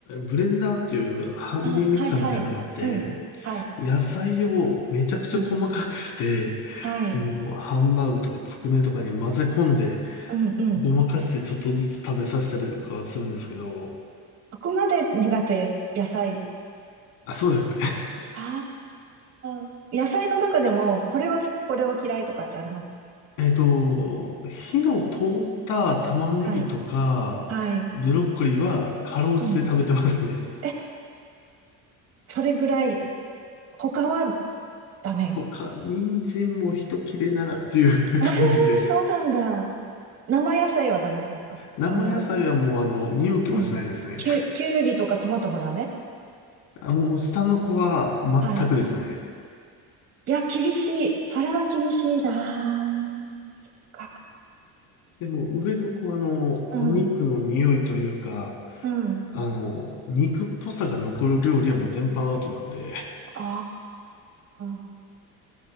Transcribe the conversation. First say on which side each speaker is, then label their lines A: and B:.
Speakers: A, on the left; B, on the right.
A: ブレンダーっていうハンディミキサーみたいなのがあって、
B: あ、はいはい。うん。はい。
A: 野菜をめちゃくちゃ細かくして、
B: うん。はい。
A: そのハンバーグとかつくねとかに混ぜ込んで、
B: うん、うん。
A: ごまかしてちょっとずつ食べさせたりとかはするんですけど、
B: そこまで苦手、野菜。
A: あ、そうですね。<laughs>
B: ああ、野菜の中でも、これは好き、これは嫌いとかってあります。
A: えっと、火の通った玉ねぎとか、
B: はい。はい。
A: ブロッコリーはかろうじて食べてますね。
B: うん。え、それぐらい。他はダメ。
A: 他、人参も一切れならっていう
B: <laughs> えー、
A: <laughs> 感じで。
B: そうなんだ。生野菜はダメですかあの、
A: 生野菜はもうあの、見向きもしないですね。
B: うん。きゅ、きゅうりとかトマトもダメ
A: あ、もう下の子は全くですね。
B: はい。いや、厳しい。それは厳しいなぁ。そっか。
A: でも上の子はあの、
B: うん。
A: お肉の匂いというか、
B: うん。
A: あの、肉っぽさが残る料理はもう全般アウトなんで。
B: ああ。